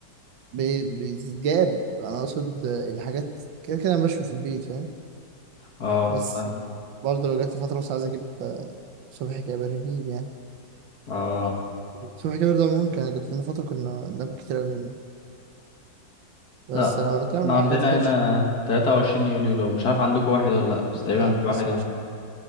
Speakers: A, on the right (about 85°); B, on the left (about 55°).
A: بي- بيتجاب انا اقصد الحاجات كده كده انا بشوي في البيت فاهم
B: اه
A: بس
B: اه
A: برضه لو جات لي فتره مثلا عايز اجيب آه، صبحي كابر هجيب يعني
B: اه
A: صبحي كابر ده ممكن جات لنا فتره كنا ناكل كتير قوي منه بس
B: لا
A: لو بتكلم
B: احنا
A: على
B: عندنا
A: حاجات حرشه
B: هنا 23 يوليو لو مش عارف عندكم واحد ولا لا بس تقريبا
A: لا
B: في
A: ما
B: واحد
A: اسمعش
B: يعني
A: عنه.